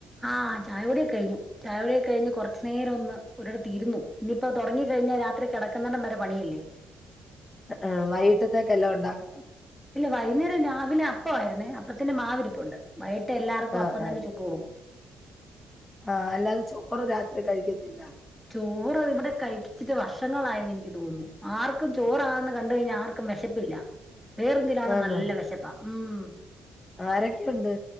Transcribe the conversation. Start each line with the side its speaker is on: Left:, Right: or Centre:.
Centre: ആഹ് ചായകുടിയൊക്കെയ്ഞ്ഞു ചായകുടിയൊകെ കയ്ഞ്ഞ് കൊർച്ച് നേരൊന്ന് ഒരിടത്തിരുന്നു നി പ്പൊ തൊടങ്ങിക്കഴിഞ്ഞാ രാത്രി കിടക് ടം വരെ പണിയല്ലേ
Left: ഉം വൈകിട്ടത്തേക്കെല്ലാം ഉണ്ടാക്
Centre: ഇല്ല വൈന്നേരം രാവിലെ അപ്പായിരുന്നേ ത്തിന്റെ മാവിരിപ്പുണ്ട് വൈകിട്ട് എല്ലാർക്കും
Left: ആഹ്
Centre: അപ്പം
Left: ആഹ്
Centre: തന്നെ ചുട്ടു കൊടുക്കും
Left: ആഹ് അല്ലാതെ ചോറ് രാത്രി കഴിക്കത്തില്ല
Centre: ചോറ് ഇവിടെ കൈ ട്ട് വർഷങ്ങളായെന്ന് എനിക്ക് തോന്നുന്നു ആർക്കും ചോറാണെന്ന് കണ്ട് കഴിഞ്ഞാൽ ആർക്കും വിശപ്പില്ല വേറെന്തിലാണ്
Left: ആന്നോ
Centre: നല്ല വിശപ്പാ ഉം
Left: ആരൊക്കെയുണ്ട്